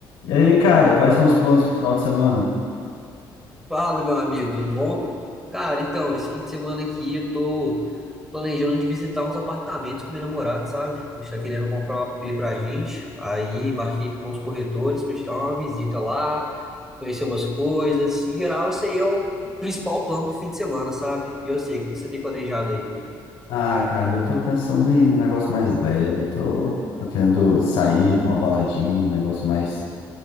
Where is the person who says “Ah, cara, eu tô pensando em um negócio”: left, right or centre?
Left